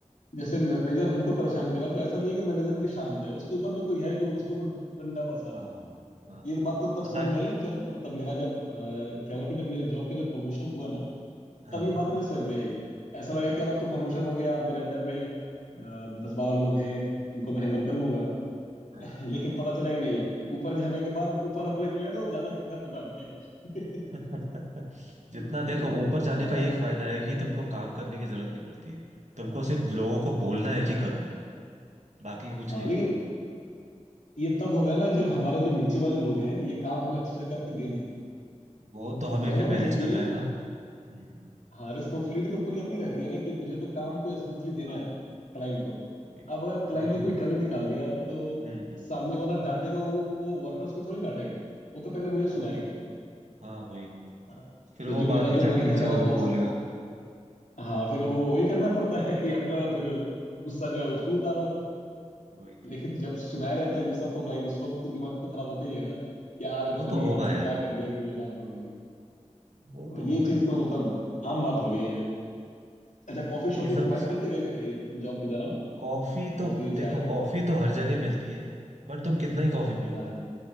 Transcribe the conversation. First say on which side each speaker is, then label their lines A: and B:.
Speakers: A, on the left; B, on the right.
A: जैसे मैनेजर हमको परेशान कर रहा है तो ऐसा नहीं है कि मैनेजर भी शांत है उसके ऊपर भी कोई है जो उसको वो डंडा बरसा रहा
B: हाँ
A: है
B: हाँ
A: ये बात तो तब
B: पता
A: समझ
B: है
A: में आई जब मतलब मेरा जब अ, क्या हुआ कि जब मेरा जॉब का जब प्रमोशन हुआ ना
B: हाँ
A: तब ये बात मुझे समझ में आई ऐसा लगा
B: हम्म,
A: कि यार अब तो प्रमोशन हो गया मेरे अंडर में दस बारह लोग हैं इनको मैं हैंडल
B: हाँ
A: कर लूंगा
B: हाँ।
A: <laughs> लेकिन पता चला कि नहीं ऊपर जाने के बाद ऊपर वाले जो है ना वो ज्यादा खतरनाक है <laughs>
B: <laughs> जितना
A: तो
B: देखो ऊपर जाने
A: हाँ
B: का एक फायदा है कि तुमको काम करने की जरूरत नहीं पड़ती है तुमको सिर्फ लोगों को बोलना है कि करो बाकी का कुछ
A: हाँ
B: नहीं
A: लेकिन
B: होता
A: ये तब होगा ना जब हमारे जो नीचे वाले लोग हैं ये काम हमें अच्छे से करके दे दे
B: वो तो हमें
A: जब वो
B: फिर मैनेज
A: नहीं किए
B: करना है ना हम्म
A: हाँ रिस्पॉन्सिबिलिटी तो पूरी अपनी रहती है ना कि मुझे तो काम
B: वही
A: को स्मूथली देना है क्लाइंट को
B: वही
A: अब अगर क्लाइंट
B: हमको
A: ने कोई
B: हम्म
A: कमी निकाल दिया तो
B: हम्म
A: सामने वाला डांटेगा वो वो वर्कर्स को थोड़ी डांटेगा वो तो पहले मुझे
B: वो
A: सुनाएगा
B: तो हाँ वही
A: हाँ
B: फिर
A: तो
B: वो
A: जो
B: बाद
A: मेरा जो
B: में जाके
A: मैनेजर
B: नीचे
A: है
B: वालों
A: बॉस
B: को बोलेगा
A: हाँ फिर वो वही करना पड़ता है कि अपना फिर गुस्सा जो है उसमें उतारो
B: वही
A: लेकिन
B: तो
A: जब सुनाया जाता है गुस्सा तो भाई उस वक्त तो दिमाग तो खराब होते ही है ना यार
B: वो
A: पता
B: तो
A: नहीं इन
B: होगा
A: लोगों ने
B: यार
A: क्या कर दिया कि मुझे डांट पड़ रही है
B: वो
A: तो
B: तो
A: ये
B: होगा
A: चीज
B: ही
A: तो मतलब आम बात हो गई है अच्छा कॉफी शॉप
B: ये सब
A: ही प्रोवाइड करते क्या जॉब के दौरान
B: कॉफी तो
A: कॉफी
B: देखो
A: चाय
B: कॉफी तो हर जगह मिलती है बट तुम कितना ही कॉफी पियोगे
A: हाँ हाँ